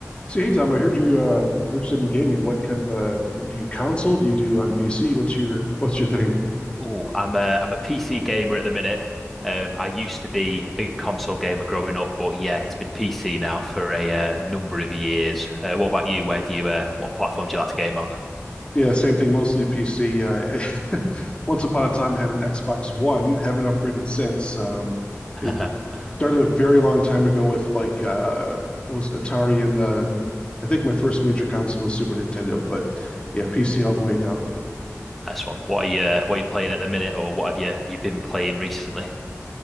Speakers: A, on the left; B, in the centre.
A: So hey Tom, I heard you uh, are interested in gaming. What kind of uh, do you console? Do you do on PC? What's your what's your thing?
B: Oh, I'm a I'm a PC gamer at the minute. Um, I used to be a big console gamer growing up, but yeah, it's been PC now for a uh, number of years. Uh, what about you? Where do you uh, what platform do you like to game on?
A: Yeah, same thing. Mostly PC. Uh, <laughs> I, once upon a time, I had an Xbox One. Haven't upgraded since. Um, it
B: <laughs>
A: started a very long time ago with like uh, was Atari, and uh, I think my first major console was Super Nintendo. But yeah, PC all the way now.
B: Nice one. What are you uh, what are you playing at the minute, or what have you you been playing recently?